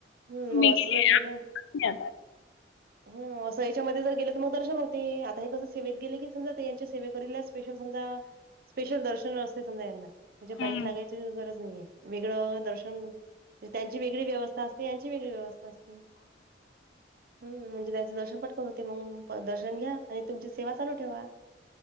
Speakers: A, on the right (about 55°); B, on the left (about 85°).
A: हू
B: मी
A: मग असं जर गेलं
B: हा
A: हो अस ईच्या मध्ये जर गेले तर मग दर्शन होते आता हे कस सेवेत गेले की समजा ते यांची सेवेकरीलाच स्पेशल समजा स्पेशल दर्शन असते समजा यांना म्हणजे
B: हम्म
A: <inaudible> लागायची गरज नाहीये. वेगळं दर्शन त्यांची वेगळी व्यवस्था असते यांची वेगळी व्यवस्था असते. हम्. म्हणजे त्याचं दर्शन पटकन होते मग दर्शन घ्या. आणि तुमची सेवा चालू ठेवा